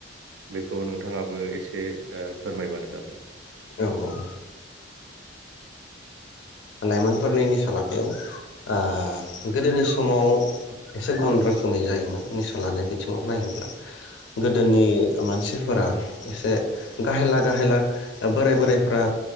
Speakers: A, on the right (about 80°); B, on the left (about 75°).
A: बेखौ नोंथाङा बो एसे ओह फोरमायबानो जाबाय।
B: औ औ लाइमोनफोरनि निसा लानायाव ओह गोदोनि समाव एसे गुबुन रोखोमै जायोमोन निसा लानाय बिथिङाव नायोब्ला गोदोनि मानसिफोरा एसे गाहेला गाहेला ओह बोराय बोरायफोरा